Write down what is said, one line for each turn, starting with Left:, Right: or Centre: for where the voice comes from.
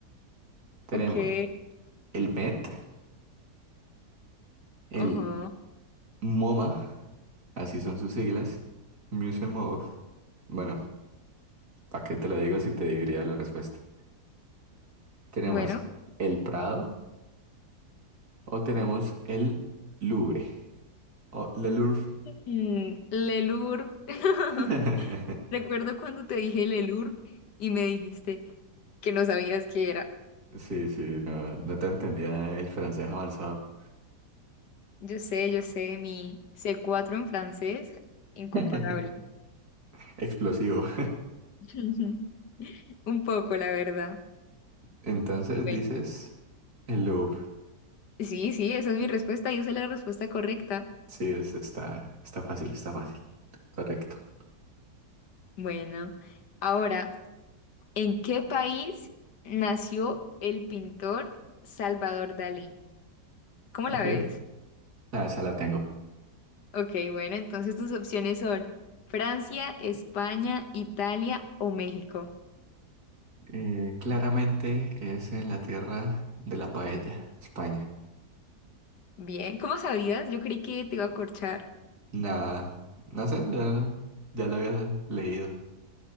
Right: Tenemos
Left: Ok.
Right: el Met, el
Left: Ajá.
Right: MoMA, así son sus siglas, Museum of... Bueno, ¿para qué te lo digo si te diría la respuesta? Tenemos
Left: Bueno.
Right: el Prado o tenemos el Louvre o Le Louvre.
Left: Mm, Lelur. <laughs>
Right: <laughs>
Left: Recuerdo cuando te dije el ELURP y me dijiste que no sabías qué era.
Right: Sí, sí, no, no te entendía el francés avanzado.
Left: Yo sé, yo sé, mi c cuatro en francés, incomparable.
Right: <laughs> Explosivo.
Left: <laughs> Un poco, la verdad.
Right: Entonces
Left: Bueno,
Right: dices el Louvre.
Left: sí, sí, esa es mi respuesta. Y esa es la respuesta correcta.
Right: Sí, es- está, está fácil, está fácil. Correcto.
Left: Bueno, ahora, ¿en qué país nació el pintor Salvador Dalí? ¿Cómo la
Right: Ok,
Left: ves?
Right: ah, esa la tengo.
Left: Ok, bueno, entonces tus opciones son Francia, España, Italia o México.
Right: Eh, claramente es en la tierra de la paella, España.
Left: Bien, ¿cómo sabías? Yo creí que te iba a corchar.
Right: Nada, no sé, ya, ya lo había leído.